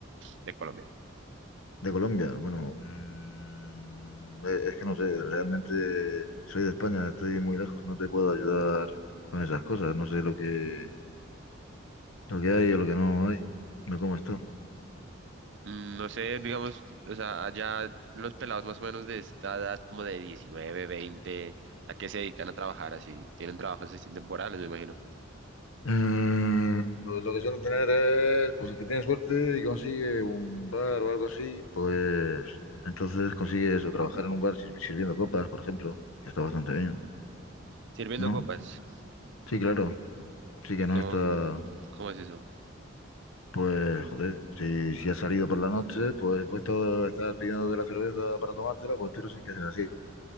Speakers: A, on the right (about 60°); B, on the left (about 85°).
A: de Colombia.
B: De Colombia. Bueno, mm, e- es que no sé, realmente soy de España, estoy muy lejos, no te puedo ayudar con esas cosas, no sé lo que, lo que hay o lo que no hay, no cómo está.
A: Mm, No sé, digamos, o sea, allá los pelados más o menos de esta edad, como de 19 veinte ¿a qué se dedican a trabajar así? Tienen trabajos así temporales, me imagino.
B: Eh, lo, lo que suelen tener es, pues el que tiene suerte y consigue un bar o algo así, pues entonces consigue eso, trabajar en un bar sir- sirviendo copas, por ejemplo, que está bastante bien,
A: Sirviendo
B: ¿no?
A: copas.
B: Sí, claro, sí
A: ¿Y
B: que
A: cómo,
B: no está,
A: cómo es eso?
B: Pues, joder, si, si has salido por la noche, pues puesto a estar pidiendo de la cerveza para tomártela, pues tú eres el que se la sirve